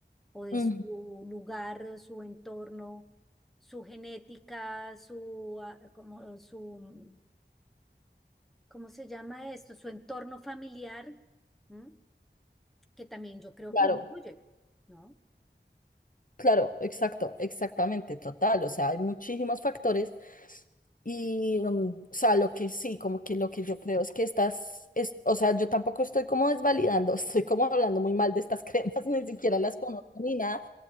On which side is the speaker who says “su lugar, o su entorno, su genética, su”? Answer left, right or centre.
Centre